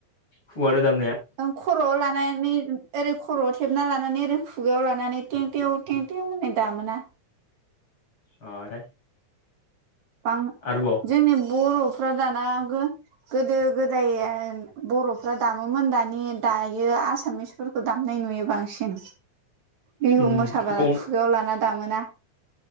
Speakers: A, on the left; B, on the right.
A: खुगादो दामनाया।
B: खर'आव लानानै ओरै खर'आव थेबना लानानै ओरै खुगायाव लानानै थेंट होननाय दामोना
A: अ दे।
B: <unintelligible>
A: आरोबाव।
B: जोंनि बर'फ्रा दाना। गोदो गोदाय बर'फ्रा दामोमोन दानि दायो आसामिस फोरखौ दामनाय नुयो बांसिन बिहु
A: उम
B: मोसाबाला
A: खम
B: खुगायाव लाना दामोना